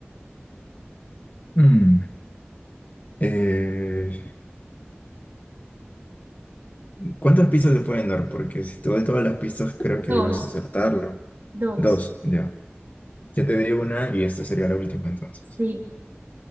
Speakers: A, on the left; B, on the right.
A: Mm. Eh, ¿cuántas pistas se pueden dar? Porque si te doy todas las pistas, creo que
B: Dos,
A: ahí vas a acertarlo.
B: dos,
A: Dos, ya. Ya te di una y esta sería la última entonces.
B: sí.